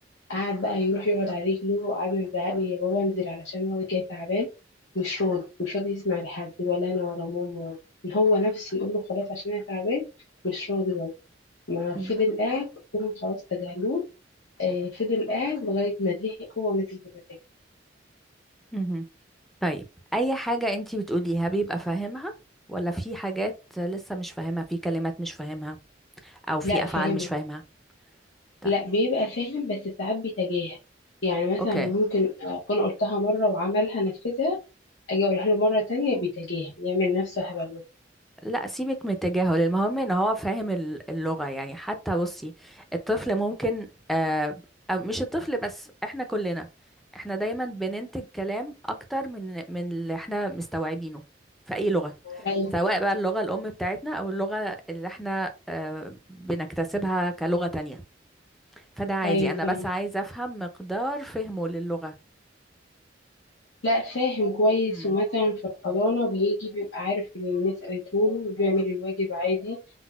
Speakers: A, on the left; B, in the centre.
A: قعد بقى يروح يقعد على رجله وقعد نزعق له يا بابا انزل علشان هو جاي تعبان مش راضي مش راضي يسمع لحد ولا أنا ولا ماما ولا إن هو نفسه يقول له خلاص عشان أنا تعبان مش راضي برضه ما فضل
B: مم.
A: قاعد كلهم خلاص تجاهلوه آه، فضل قاعد لغاية ما زهق هو مثل ما زهق.
B: مهم. طيب اي حاجة انتي بتقوليها بيبقى فاهمها ولا في حاجات لسه مش فاهمها في كلمات مش فاهمها او في
A: لا
B: افعال
A: فاهم
B: مش فاهمها طيب
A: لا بيبقى فاهم بس ساعات بيتجاهل يعني مثلا
B: اوكي
A: ممكن اكون قلتها مره وعملها نفذها اجي اقولها له مره تانية بيتجاهل يعمل نفسه هبل مثلا
B: لا سيبك من التجاهل المهم ان هو فاهم ال- اللغة يعني حتى بصي الطفل ممكن آه أو مش الطفل بس احنا كلنا احنا دايما بننتج كلام اكتر من من اللي احنا مستوعبينه في اي لغة
A: ايوه
B: سواء بقى اللغة الام بتاعتنا او اللغة اللي احنا آه بنكتسبها كلغة تانية فده عادي
A: ايوه
B: انا
A: فاهم
B: بس عايزة افهم مقدار فهمه للغة
A: لا فاهم كويس
B: امم
A: ومثلا في الحضانه بيجي بيبقى عارف اللي المس قالته له وبيعمل الواجب عادي